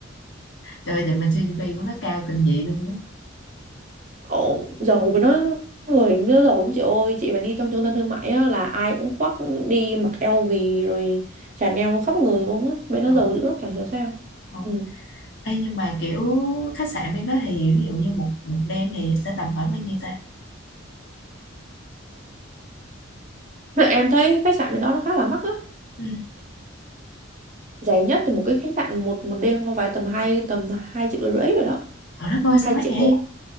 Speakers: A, on the left; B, on the right.
A: trời ơi, giờ mình GDP của nó cao kinh dị luôn á
B: Ồ, giàu với nó người nó giàu lắm chị ơi, chị phải đi trong trung tâm thương mại á, là ai cũng khoác đi mặc eo LV rồi Chanel khắp người luôn á, bên nó
A: trời
B: giàu
A: ơi.
B: dữ lắm chẳng hiểu sao.
A: Ờ.
B: Ừ.
A: Ê, nhưng mà kiểu khách sạn bên đó thì ví dụ như một một đêm thì sẽ tầm khoảng bao nhiêu ta
B: Thế em thấy khách sạn bên đó nó khá là mắc á.
A: ừ.
B: Rẻ nhất thì một cái khách sạn một một đêm không phải tầm hai tầm hai triệu rưỡi rồi đó.
A: trời đất ơi sao
B: Hai
A: mắc
B: triệu.
A: vậy